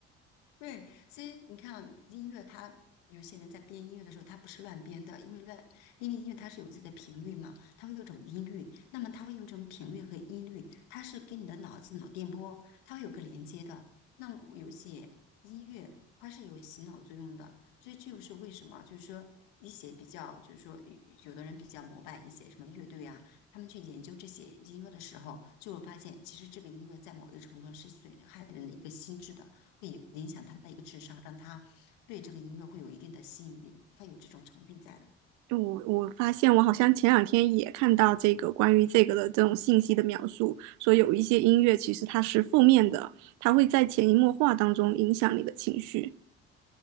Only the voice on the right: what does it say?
我我发现我好像前两天也看到这个关于这个的这种信息的描述，说有一些音乐其实它是负面的，它会在潜移默化当中影响你的情绪。